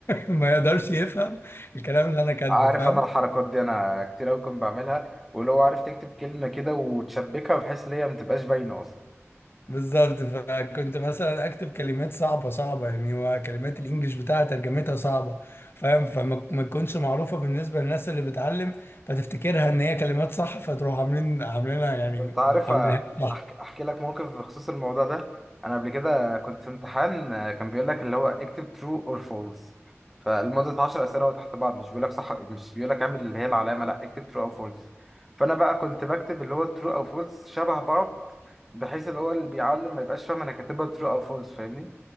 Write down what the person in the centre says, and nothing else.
عارف
انا الحركات دي انا كتير قوي كنت بعملها ولو عارف تكتب كلمه كده وتشبكها بحيث ان هي ما تبقاش باينه اصلا
انت عارف
أحك... احكي لك موقف بخصوص الموضوع ده انا قبل كده كنت في امتحان آه، كان بيقول لك اللي هو اكتب true or false فلمدة 10 اسئله تحت بعض مش بيقول لك صح مش بيقول لك اعمل اللي هي العلامه لا اكتب true او false فانا بقى كنت بكتب اللي هو true او false شبه بعض بحيث اللي هو اللي بيعلم ما يبقاش فاهم انا كاتبها true او false فاهمني